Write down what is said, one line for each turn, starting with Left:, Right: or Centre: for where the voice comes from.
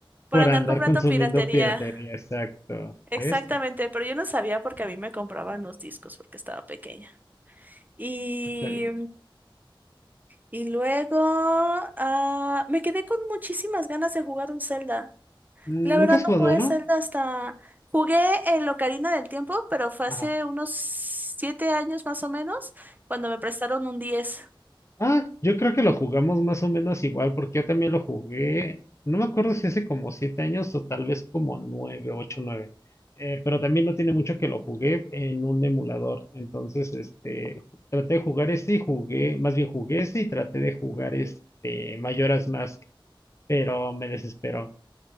Right: Por
Left: por
Right: andar
Left: andar
Right: comprando
Left: consumiendo
Right: piratería.
Left: piratería, exacto. ¿Ves?
Right: Exactamente, pero yo no sabía porque a mí me compraban los discos porque estaba pequeña. Y,
Left: Está bien.
Right: y luego ah, me quedé con muchísimas ganas de jugar un Zelda.
Left: Mm,
Right: La
Left: ¿Nunca
Right: verdad
Left: has
Right: no
Left: jugado
Right: jugué
Left: uno?
Right: Zelda hasta... Jugué el Ocarina del Tiempo, pero fue
Left: Ajá.
Right: hace unos siete años más o menos, cuando me prestaron un diez
Left: Ah, yo creo que lo jugamos más o menos igual, porque yo también lo jugué, no me acuerdo si hace como siete años o tal vez como nueve, ocho, nueve. Eh, pero también no tiene mucho que lo jugué en un emulador. Entonces, este, traté de jugar este y jugué, más bien jugué este y traté de jugar este Majora's Mask, pero me desesperó.